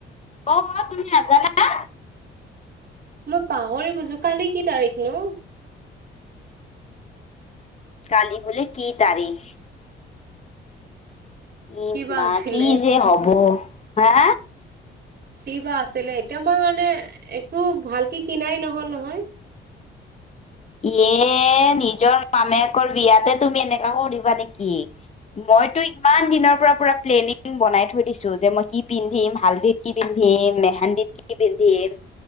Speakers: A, on the left; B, on the right.
A: অ', তুমি নাজানা?
B: মই পাহৰি গৈছো, কালি কি তাৰিখ নো?
A: কালি বোলে কি তাৰিখ। উম,
B: কিবা
A: মা
B: আছিলে
A: কি যে হ'ব, হা?
B: কি বা আছিলে এতিয়া মই মানে একো ভালকে কিনাই নহ'ল নহয়।
A: এ নিজৰ মামেকৰ বিয়াতে তুমি এনেকা কৰিবা নেকি, ম' মইটো ইমান দিনৰ পৰা পুৰা প্লেনিং বনাই থৈ দিছো যে মই কি পিন্ধিম, হালধিত কি পিন্ধিম। মেহেন্দিত কি পিন্ধিম,